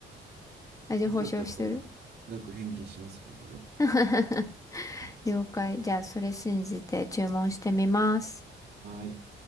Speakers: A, on the left; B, on the right.
A: 味保証してる
B: まずかったら、これ、額返金します、僕が。
A: <laughs>
B: はい。
A: 了解。じゃあ、それ信じて注文してみます。
B: はい